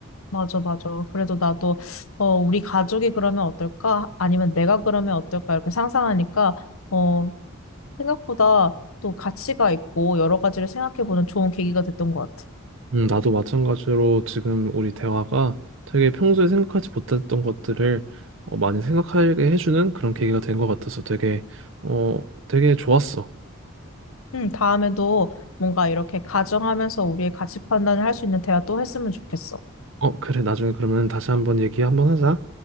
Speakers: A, on the left; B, on the right.
A: 맞아, 맞아. 그래도 나도 어 우리 가족이 그러면 어떨까? 아니면 내가 그러면 어떨까? 이렇게 상상하니까 어 생각보다 또 가치가 있고 여러 가지를 생각해보는 좋은 계기가 됐던 것 같아.
B: 음, 나도 마찬가지로 지금 우리 대화가 되게 평소에 생각하지 못했던 것들을 어, 많이 생각하게 해주는 그런 계기가 된 것 같아서 되게 어 되게 좋았어.
A: 응, 다음에도 뭔가 이렇게 가정하면서 우리의 가치 판단을 할 수 있는 대화 또 했으면 좋겠어.
B: 어, 그래, 나중에 그러면 다시 한번 얘기 한번 하자.